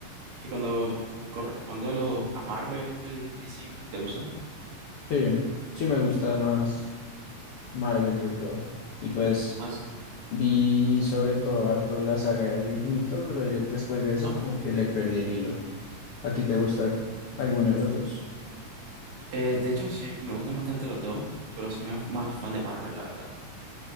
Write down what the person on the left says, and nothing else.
Sí, sí me gusta más Marvel, yo creo. Y pues...
Vi sobre todo harto la saga del infinito, pero ya- después de eso
como que le perdí el hilo. ¿A ti te gusta alguno de los dos?